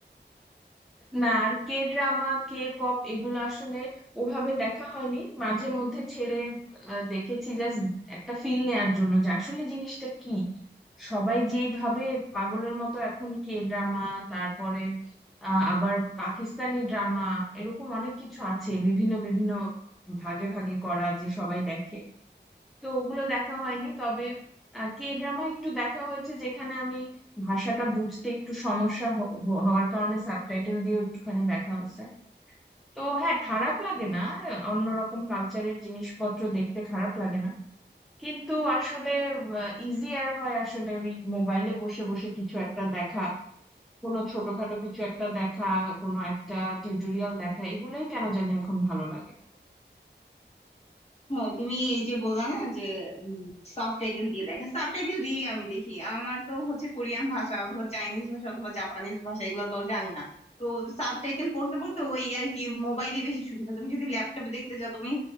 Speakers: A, in the centre; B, on the left (about 35°).
A: না আর কে ড্রামা কে পপ এগুলো আসলে ওভাবে দেখা হয়নি মাঝে মধ্যে ছেড়ে আহ, দেখেছি জাস্ট একটা ফিল নেয়ার জন্য যে আসলে জিনিসটা কি সবাই যেইভাবে পাগলের মতো এখন কে ড্রামা তারপরে আহ, আবার পাকিস্তানি ড্রামা এরকম অনেক কিছু আছে বিভিন্ন বিভিন্ন ভাগে ভাগে করা যে সবাই দেখে তো ওগুলো দেখা হয়নি তবে কে ড্রামা একটু দেখা হয়েছে যেখানে আমি ভাষাটা বুঝতে একটু সমস্যা হ- হ- হওয়ার কারণে সাবটাইটেল দিয়ে একটুখানি দেখা হয়েছে তো হ্যাঁ খারাপ লাগে না অন্যরকম কালচারের জিনিসপত্র দেখতে খারাপ লাগে না কিন্তু আসলে ইজিয়ার হয় আসলে ওই মোবাইলে বসে বসে কিছু একটা দেখা কোনো ছোটখাটো কিছু একটা দেখা কোনো একটা টিউটোরিয়াল দেখা এগুলোই কেন জানি এখন ভালো লাগে
B: হ্যাঁ তুমি এই যে বললা না যে সাবটাইটেল দিয়ে দেখা সাবটাইটেল দিয়েই আমি দেখি আমার তো হচ্ছে কোরিয়ান ভাষা অথবা চাইনিজ ভাষা অথবা জাপানিজ ভাষা এগুলো তো জানি না তো সাবটাইটেল পড়তে পড়তে ওই আর কি মোবাইলে বেশি সুবিধা তুমি যদি ল্যাপটপে দেখতে যাও তুমি